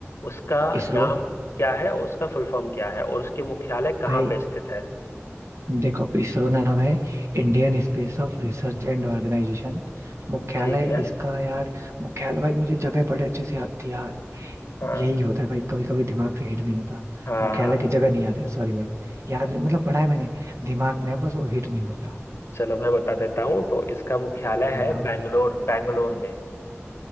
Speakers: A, on the left (about 60°); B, on the right (about 80°).
A: उसका
B: इसरो
A: नाम क्या है और उसका फुल फॉर्म क्या है और उसके मुख्यालय कहाँ
B: भाई
A: पे स्थित है
B: देखो इसरो नाम है Indian space of research and organisation मुख्यालय
A: ठीक है
B: इसका यार मुख्यालय भाई मुझे जगह बड़े अच्छे से याद थी यार
A: हाँ
B: यही होता है भाई कभी कभी दिमाग से हिट नहीं होता
A: हाँ
B: मुख्यालय की जगह नहीं याद है सॉरी भाई याद नहीं मतलब पढ़ा है मैंने दिमाग में है बस वो हिट नहीं होता
A: चलो मैं बता देता हूँ तो इसका मुख्यालय
B: बताओ
A: है बेंगलोर बेंगलोर में